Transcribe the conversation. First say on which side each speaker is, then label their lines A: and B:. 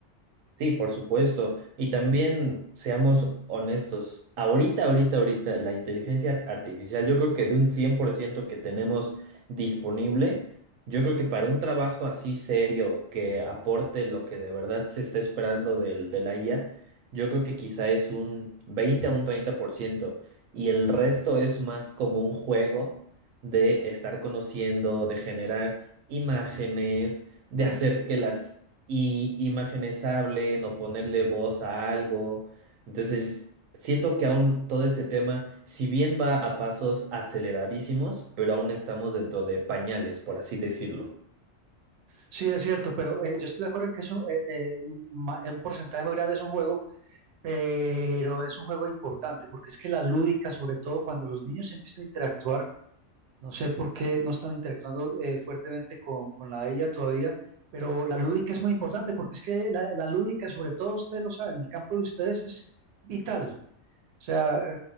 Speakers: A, on the right; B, on the right.
A: Sí, por supuesto. Y también seamos honestos. Ahorita, ahorita, ahorita, la inteligencia ar- artificial, yo creo que de un 100% que tenemos disponible, yo creo que para un trabajo así serio que aporte lo que de verdad se está esperando del, de la IA, yo creo que quizá es un 20 a un treinta por ciento Y el resto es más como un juego de estar conociendo, de generar imágenes de hacer que las y imágenes hablen o ponerle voz a algo. Entonces, siento que aún todo este tema, si bien va a pasos aceleradísimos, pero aún estamos dentro de pañales, por así decirlo.
B: Sí, es cierto, pero eh, yo estoy de acuerdo en que es un, eh, eh, ma- eh, un porcentaje muy grande es un juego, pero es un juego importante, porque es que la lúdica, sobre todo cuando los niños empiezan a interactuar, no sé por qué no están interactuando eh, fuertemente con, con la IA todavía, pero la lúdica es muy importante, porque es que la, la lúdica, sobre todo ustedes lo saben, el campo de ustedes es vital, o sea, eh,